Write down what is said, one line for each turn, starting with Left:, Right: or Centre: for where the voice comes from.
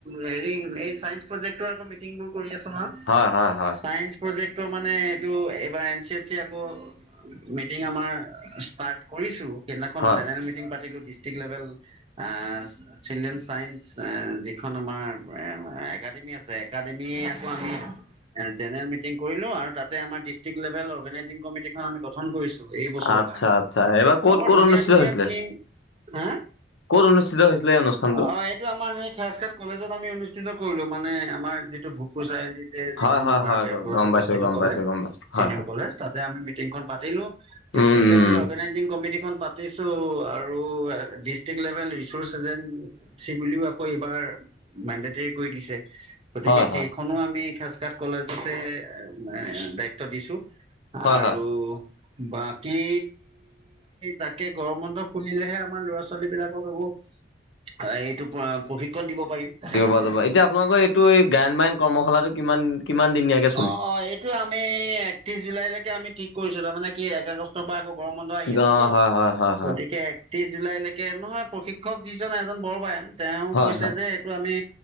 Right: হেৰি এই চাইন্স প্ৰজেক্টৰ আকৌ মিটিং বোৰ কৰি আছো নহয়।
Left: হয় হয় হয়
Right: চাইন্স প্ৰজেক্টৰ মানে, এইটো এইবাৰ এন চি এছ চি আকৌ মিটিং আমাৰ ষ্টাৰ্ট কৰিছো। সেইদিনাখন
Left: হয়
Right: জেনেৰেল মিটিং পাতিলো দি টিক লেবেল আ, চিলড্ৰেন চাইন্স এ যিখন আমাৰ <unintelligible> একাডেমি আছে, একাডেমি আকৌ আমি এ, জেনেৰেল মিটিং কৰিলো, আৰু তাতে আমাৰ ডিষ্ট্ৰিক্ লেভেল অৰ্গনাইজিং কমিটি আমি গঠন কৰিছো এই বছৰ
Left: আচ্ছা
Right: কাৰণে।
Left: আচ্ছা এইবাৰ
Right: <unintelligible>
Left: ক'ত
Right: বৰ
Left: ক'ত
Right: ধুনীয়া-ধুনীয়া
Left: অনুষ্ঠিত হৈছিলে
Right: থিম। হা!
Left: ক'ত অনুষ্ঠিত হৈছিলে এই অনুষ্ঠানটো
Right: অ, এইটো আমাৰ সেই <unintelligible> কলেজত আমি অনুষ্ঠিত কৰিলোঁ। মানে আমাৰ যিটো ভোগপুৰ চাৰিআলিত। যে যিখন
Left: হয় হয়
Right: আমাৰ
Left: হয়
Right: দেওফলাত
Left: গম পাইছো
Right: অৱস্থিত
Left: গম
Right: কলেজ
Left: পাইছো গম পাইছো হয়
Right: চিনিয়ৰ
Left: হয়
Right: কলেজ, তাতে আমি মিটিংখন পাতিলোঁ। district
Left: um
Right: level
Left: Um
Right: organise meeting কমিটিখন পাতিছোঁ আৰু ডিষ্ট্ৰিক লেভেল ৰিচৰ্চ এজেন্ট চি বুলিও আকৌ এইবাৰ মেণ্ডটেৰি কৰি দিছে। গতিকে
Left: হয় হয়
Right: সেই খনো আমি খাজঘাট কলেজতে এ দায়িত্ব দিছোঁ। আৰু
Left: হয় হয়
Right: বাকী তাকে গৰম বন্ধ খুলিলেহে আমাৰ ল'ৰা ছোৱালী বিলাকক আকৌ আ এইটো অ' প্ৰশিক্ষণ দিব পাৰিম।
Left: যাব, এতিয়া আপোনালোকৰ এইটো এ গায়ন বায়ন কৰ্মশালাটো কিমান কিমান দিনিয়াকে
Right: অ' এইটো আমি একত্ৰিশ জুলাইলৈকে আমি ঠিক কৰিছিলোঁ। তামানে কি এক আগষ্ট পা আকৌ গৰম বন্ধ আহি আছেতো।
Left: অ হয় হয় হয়
Right: গতিকে ত্ৰিছ জুলাইলৈকে নহয় প্ৰশিক্ষক যিজন এজন বৰবায়ন। তেওঁ
Left: হয়
Right: কৈছে
Left: হয়
Right: যে তোৰ আমি